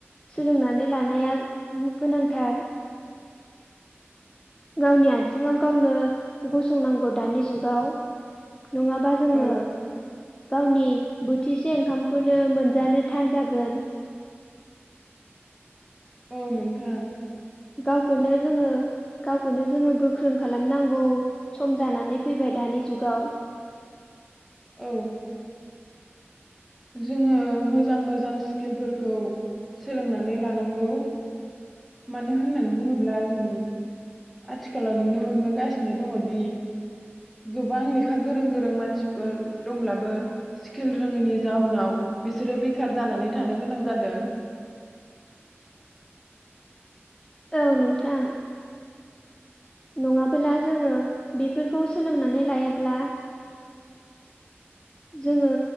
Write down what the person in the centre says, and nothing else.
औ
औ नोंथां ।
औ जोङो मोजां मोजां स्किलफोरखौ सोलोंनानै लानांगौ । मानो होननानै बुङोब्ला जों आथिखालाव नुनो मोनबोगासिनो दङदि गोबां लेखा गोरों गोरों मानसिफोर दंब्लाबो स्किल रोङैनि जाउनाव बिसोरो बेखार जानानै थानो गोनां जादों ।